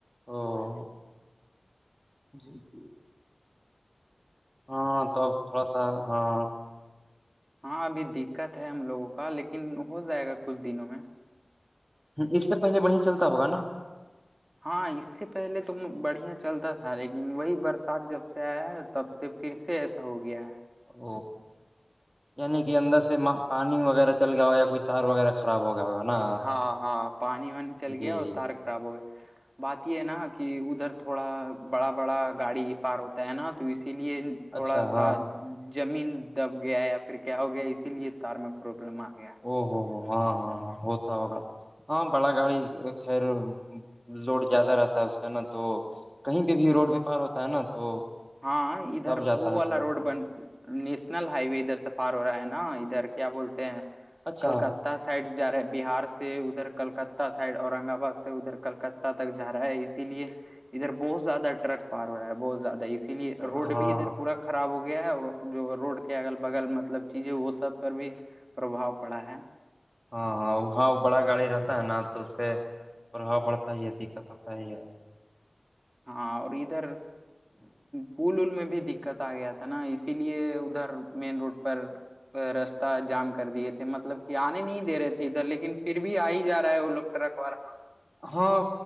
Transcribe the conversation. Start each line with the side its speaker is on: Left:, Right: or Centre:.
Centre: ہاں <inaudible> جی جی <inaudible> ہاں تو تھوڑا سا ہاں <inaudible>
Right: ہاں ابھی دقت ہے ہم لوگوں کا لیکن ہو جائے گا کچھ دنوں میں
Centre: اس سے پہلے بڑھیا چلتا ہوگا نا
Right: ہاں اس سے پہلے تو بڑھیا چلتا تھا لیکن وہی برسات جب سے آیا ہے تب سے پھر سے ایسا ہو گیا
Centre: او یعنی کہ اندر سے پانی وغیرہ چل گیا ہو یا کوئی تار وغیرہ خراب ہو گیا ہوگا نا
Right: ہاں ہاں پانی وانی چل
Centre: جی
Right: گیا اور
Centre: جی
Right: تار
Centre: جی
Right: خراب ہو گیا بات یہ ہے نا کہ ادھر تھوڑا بڑا بڑا گاڑی پار ہوتا ہے نا تو اسی لیے تھوڑا
Centre: اچھا ہاں
Right: سا زمین دب گیا یا پھر کیا ہو گیا اسی لیے تار میں پربلم آ گیا
Centre: او ہو ہو ہاں ہاں ہاں ہوتا ہوگا ہاں بڑا گاڑی خیر <inaudible> لوڈ زیادہ رہتا ہے اس کا ن تو کہیں پہ بھی روڈ وپار ہوتا ہے نا تو
Right: ہاں ادھر
Centre: دب جاتا
Right: وہ
Centre: ہے
Right: والا
Centre: تھوڑا
Right: روڈ
Centre: سا
Right: بن نیشنل ہائی وے ادھر سے پار ہوتا ہے نہ کیا بولتے ہیں
Centre: اچھا
Right: کلکتہ سائڈ جا رہا ہے بہار سے ادھر کلکتہ سائڈ اورنگباد سے ادھر کلکت تک جا رہا ہے اسی لیے ادھر بہت زیادہ ٹرک پار ہو رہا ہے بہت زیادہ اس اسی لیے
Centre: ہاں
Right: روڈ
Centre: ہاں
Right: بھی ادھر پورا خراب ہو گیا ہے اور جو روڈ کے اگل بگل مطلب چیزیں وہ سب پر بھی پرباؤ پڑا ہے
Centre: ہاں ہاں وہاں بڑا گاڑی رہتا ہے نا تو اس سے پرباؤ پڑتا ہی ہے دقت ہوتا ہی ہے
Right: ہاں اور ادھر پول میں بھی دقت آ گیا تھا نا اسی لیے ادھر مین روڈ پر رستہ جام کر دیے تھے مطلب کہ آنے نہیں دے رہے تھے ادھر لیکن پھر بھی آ ہی جا رہا ہے وہ لوگ رکھوا <inaudible>
Centre: ہاں